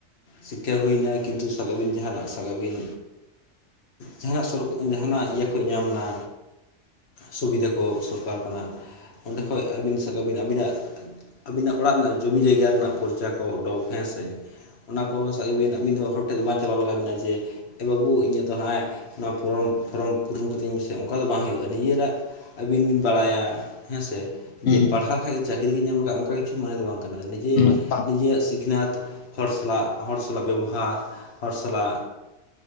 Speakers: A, on the left; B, on the left.
A: ᱥᱤᱠᱠᱷᱟ ᱦᱩᱭᱱᱟ ᱠᱤᱱᱛᱩ ᱥᱟᱵ ᱠᱟᱜ ᱵᱤᱱ ᱡᱟᱦᱟᱱᱟᱜ ᱥᱟᱵ ᱠᱟᱜ ᱵᱤᱱ ᱡᱟᱦᱟᱱᱟᱜ ᱥᱚᱨᱠᱟ ᱡᱟᱦᱟᱱᱟᱜ ᱤᱭᱟᱹ ᱠᱚ ᱧᱟᱢ ᱮᱫᱟ ᱥᱩᱵᱤᱫᱷᱟ ᱠᱚ ᱥᱚᱨᱠᱟᱨ ᱠᱷᱚᱱᱟᱜ ᱚᱸᱰᱮ ᱠᱷᱚᱡ ᱟᱹᱵᱤᱱ ᱥᱟᱵᱠᱟᱜ ᱵᱤᱱ ᱟᱹᱵᱤᱱᱟᱜ ᱟᱹᱵᱤᱱᱟᱜ ᱚᱲᱟᱜ ᱨᱮᱱᱟᱜ ᱡᱚᱢᱤ ᱡᱟᱭᱜᱟ ᱨᱮᱱᱟᱜ ᱯᱚᱨᱪᱟ ᱠᱚ ᱰᱚ ᱦᱮᱸᱥᱮ ᱚᱱᱟ ᱠᱚ <unintelligible> ᱟᱹᱵᱤᱱ ᱫᱚ ᱦᱚᱲ ᱴᱷᱮᱱ ᱫᱚ ᱵᱟᱝ ᱪᱟᱞᱟᱣ ᱞᱟᱜᱟᱣ ᱵᱤᱱᱟ ᱡᱮ ᱮ ᱵᱟᱵᱩ ᱤᱧᱟᱹᱜ ᱫᱚ ᱦᱟᱜ ᱟᱭ ᱱᱚᱣᱟ ᱯᱷᱚᱨᱚᱢ ᱯᱩᱨᱚᱱ ᱯᱷᱚᱨᱚᱢ ᱯᱩᱨᱚᱱ ᱠᱟᱛᱤᱧ ᱢᱮ ᱥᱮ ᱚᱱᱠᱟ ᱫᱚ ᱵᱟᱝ ᱦᱩᱭᱩᱜᱼᱟ ᱱᱤᱡᱮᱨᱟᱜ ᱟᱹᱵᱤᱱ ᱵᱤᱱ ᱵᱟᱲᱟᱭᱟ ᱦᱮᱸ ᱥᱮ ᱡᱮ
B: ᱦᱩᱸ
A: ᱯᱟᱲᱦᱟᱜ ᱠᱷᱟᱡ ᱠᱚ ᱪᱟᱹᱠᱨᱤ ᱜᱮ ᱧᱟᱢ ᱠᱟᱜ ᱚᱱᱠᱟ ᱠᱤᱪᱷᱩ ᱢᱚᱱᱮ ᱫᱚ ᱵᱟᱝ ᱠᱟᱱᱟ ᱱᱤᱡᱮ
B: ᱩᱱᱟᱹᱜ ᱵᱟᱝ
A: ᱱᱤᱡᱮᱭᱟᱜ
B: ᱠᱟᱱᱟ
A: ᱥᱤᱠᱷᱱᱟᱹᱛ ᱦᱚᱲ ᱥᱟᱞᱟᱜ ᱦᱚᱲ ᱥᱟᱞᱟᱜ ᱵᱮᱵᱚᱦᱟᱨ ᱦᱚᱲ ᱥᱟᱞᱟᱜ